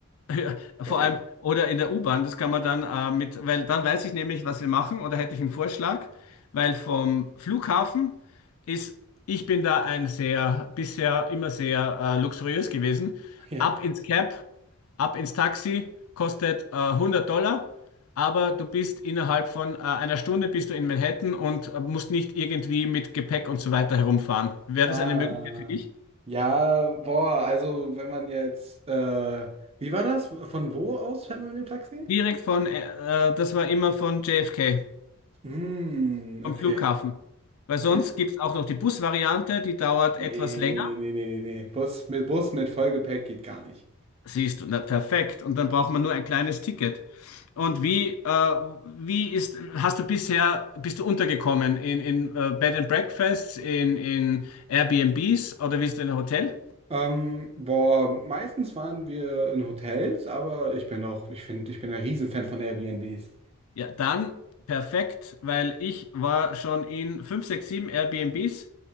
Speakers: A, on the right; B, on the left.
A: d-
B: Ja, vor
A: der Weg.
B: allem, oder in der U-Bahn, das kann man dann äh, mit, weil dann weiß ich nämlich, was wir machen, oder hätte ich einen Vorschlag, weil vom Flughafen ist, ich bin da ein sehr, bisher immer sehr äh, luxuriös gewesen.
A: Ja.
B: Ab ins Cab, ab ins Taxi, kostet äh, 100 Dollar, aber du bist innerhalb von äh, einer Stunde bist du in Manhattan und äh, musst nicht irgendwie mit Gepäck und so weiter herumfahren. Wäre
A: Ah.
B: das eine Möglichkeit für dich?
A: Ja, boah, also wenn man jetzt, äh, wie war das? Von wo aus fährt man mit dem Taxi?
B: Direkt von, äh, äh, das war immer von JFK.
A: Hm,
B: am
A: okay.
B: Flughafen. Weil sonst
A: Ja.
B: gibt es auch noch die Busvariante, die dauert
A: Nee,
B: etwas länger.
A: nee, nee, nee, nee, nee. Bus, mit Bus mit Vollgepäck geht gar nicht.
B: Siehst du, na perfekt. Und dann braucht man nur ein kleines Ticket. Und wie, äh, wie ist, hast du bisher, bist du untergekommen in, in äh, Bed and Breakfasts, in, in Airbnbs oder bist du in einem Hotel?
A: Ähm, boah, meistens waren wir in Hotels, aber ich bin auch, ich finde, ich bin ein Riesenfan von Airbnbs.
B: Ja, dann perfekt, weil ich war schon in 5, 6, 7 Airbnbs